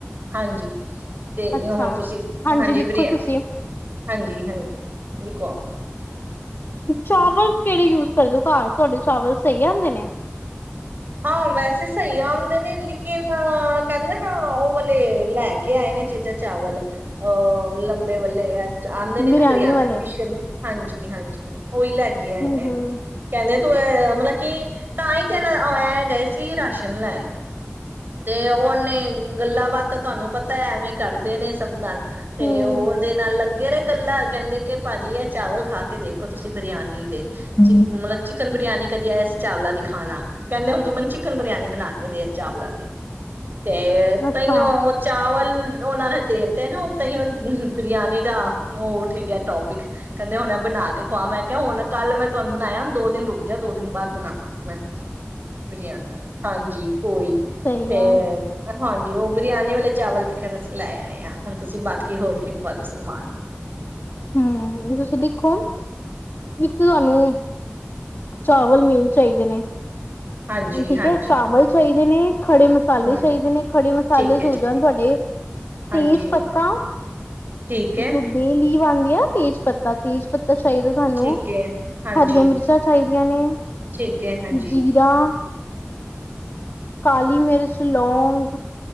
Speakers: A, on the right (about 45°); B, on the left (about 50°).
A: ਹਾਂਜੀ ਤੇ
B: ਅੱਛਾ
A: ਹੁਨ ਤੁਸੀਂ ਹਾਂਜੀ
B: ਲਿਖੋ
A: ਬਰਿਆਨੀ
B: ਤੁਸੀਂ
A: ਹਾਂਜੀ-ਹਾਂਜੀ ਲਿਖਵਾਔ।
B: ਚਾਵਲ ਕਿਹੜੇ ਯੁਜ ਕਰਦੇ ਹੋ ਘਰ। ਤੁਹਾਡੇ ਚਾਵਲ ਸਹੀ ਅਨਦੇਂ ਨੇ
A: ਹਾਂ ਵੈਸੇ ਸਹੀ ਅਉਂਦੇ ਨੇ ਲੇਕਿਨ ਕਹਿੰਦੇ ਨੇ ਉਹ ਵਾਲੇ ਲੈ ਕੇ ਆਏ ਨੇ ਚੇਜਾ ਚਾਵਲ ਅਹ ਲੰਬੇ ਵੱਲੇ ਐ। ਆਨਦੇ ਨੇ
B: ਬਿਰਿਆਨੀ
A: ਨਾ ਬਿਰਯਾਨੀ
B: ਵਾਲੇ
A: ਸਪੈਸ਼ਲ ਹਾਂਜੀ ਜੀ ਹਾਂ ਜੀ! ਓਇ ਲੇਕੇ
B: ਹਮ
A: ਆਯੇ ਨੇ ਕਹਿੰਦੇ। ਮਤਲਬ ਕਿ ਤਾਂ ਹੀ ਤੇ ਇਹਨਾਂ ਐਂ ਗਏ ਸੀ ਰਾਸ਼ਨ ਲੈਣ ਤੇ ਉਹਨੇ ਗੱਲਾਂ-ਬਾਤਾਂ, ਤੁਹਾਨੂੰ ਪਤਾ ਐਵੇਂ ਕਰਦੇ ਨੇ ਸਭ ਨਾਲ। ਤੇ
B: ਹਮ
A: ਉਹ ਉਹਦੇ ਨਾਲ ਲੱਗ। ਘੇਰੇ ਗੱਲਾਂ ਕਹਿੰਦੇ ਕਿ ਭਾਜੀ ਇਹ ਚਾਵਲ ਖਾ ਕੇ ਦੇਖੋ ਤੁਸੀਂ। ਬਿਰਿਆਨੀ ਦੇ ਚਿਕਮ
B: ਹਮ
A: ਚੀ ਮਤਲਬ ਚਿਕਨ ਬਿਰਿਆਨੀ ਕਦੀ ਇਸ ਚਾਵਲਾ ਦੀ ਖਾਣਾ। ਕਹਿੰਦੇ ਹੁਣ ਤੂੰ ਮੈਨੂੰ ਚਿਕਨ ਬਿਰਿਆਨੀ ਬਣਾ ਕੇ ਦੇ ਚਾਵਲਾਂ ਦੀ। ਤੇ
B: ਅੱਛਾ
A: ਤਹੀਓਹੋ ਚਾਵਲ ਉਹਨਾਂ ਨੇ ਦੇਤੇ ਨੇ ਉਹ ਤ ਹੀ ਬਿਰਿਆਨੀ ਦਾ ਉਹ ਠੀਕ ਹੈ ਟੋਪਿਕ ਕਹਿੰਦੇ, ਹੁਣ ਬਣਾ ਕੇ ਖੁਆ। ਮੈਂ ਕਿਹਾ ਹੁਣ ਕੱਲ ਮੈਂ ਤੁਹਾਨੂੰ ਬਣਾਯਾ ਦੋ ਦਿਨ ਰੁਕ ਜਾ ਦੋ ਦਿਨ ਬਾਅਦ ਬਣਾਵਾਂਗੀ ਮੈਂ। ਬਰਿਆਨੀ ਹਾਂਜੀ ਉਓਹੀ
B: ਸਹੀ
A: ਤੇ
B: ਹੈ
A: ਹਾਂਜੀ ਉਹ ਬਰਿਆਨੀ ਵਾਲੇ ਚਾਵਲ ਤੇ ਖੈਰ ਅਸੀਂ ਲੈ ਆਏ ਹਾਂ। ਹੁਣ ਤੁਸੀਂ ਬਾਕੀ ਹੋਰ ਲਿਖਵਾ ਦੋ ਸਮਾਨ
B: ਹਮ ਤੁਸੀਂ ਦੇਖੋ। ਇੱਕ ਤਾਂ ਤੁਹਾਨੂੰ ਚਾਵਲ ਮੇਨ ਚਾਹੀਦੇ ਨੇ
A: ਹਾਂਜੀ
B: ਠੀਕ
A: ਹਾਂਜੀ
B: ਹੈ ਚਾਵਲ ਚਾਹੀਦੇ ਨੇ ਖੜੇ ਮਸਾਲੇ
A: ਹਮ
B: ਚਾਹੀਦੇ ਨੇ ਖੜੇ ਮਸਾਲੇ
A: ਠੀਕ ਹੈ
B: ਚ ਹੋ
A: ਠੀਕ
B: ਜਾਣ
A: ਹੈ
B: ਤੁਹਾਡੇ
A: ਹਾਂਜੀ
B: ਤੇਜ ਪੱਤਾ
A: ਠੀਕ ਹੈ
B: ਜੋ ਬੇਅ ਕਿ ਬਣਦੀ ਆ ਤੇਜ ਪੱਤਾ ਤੇਜ ਪੱਤਾ ਚਾਹੀਦਾ ਤੁਹਾਨੂੰ
A: ਠੀਕ ਹੈ ਹਾਂਜੀ
B: ਹਰੀਆਂ ਮਿਰਚਾਂ ਚਾਹੀਦੀਆਂ। ਆਂ ਨੇ
A: ਠੀਕ ਹੈ ਹਾਂਜੀ
B: ਜੀਰਾ, ਕਾਲੀ ਮਿਰਚ, ਲੌਂਗ